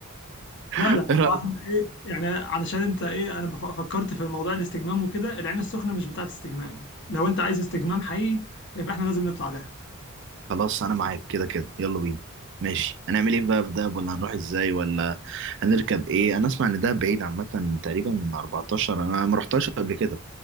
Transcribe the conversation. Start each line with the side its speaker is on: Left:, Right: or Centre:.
Right: <laughs>
Left: لا لا
Right: ايه رايك
Left: يعني علشان انت ايه انا بف- فكرت في موضوع الاستجمام وكده العين السخنه مش بتاعت استجمام لو انت عايز استجمام حقيقي يبقى احنا لازم نطلع دهب
Right: خلاص انا معاك كده كده يلا بينا ماشي هنعمل ايه بقى في دهب ولا هنروح ازاي ولا هنركب ايه انا اسمع ان دهب بعيد عامه تقريبا 14 انا ما رحتهاش قبل كده